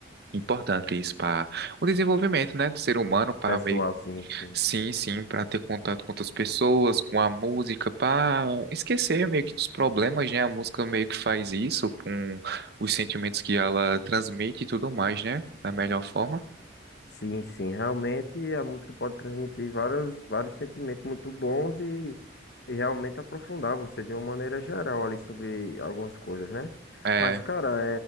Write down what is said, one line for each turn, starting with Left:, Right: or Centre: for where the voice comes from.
Right: Importante isso para o desenvolvimento, né, do ser humano, para
Left: Pessoal,
Right: meio que-
Left: sim, sim.
Right: sim, sim, para ter contato com outras pessoas, com a música, para esquecer meio que dos problemas, né? A música meio que faz isso com os sentimentos que ela transmite e tudo mais, né? Da melhor forma.
Left: Sim, sim, realmente a música pode transmitir várias, vários sentimentos muito bons e, e realmente aprofundar você de uma maneira geral ali sobre algumas coisas, né?
Right: É,
Left: Mas, cara,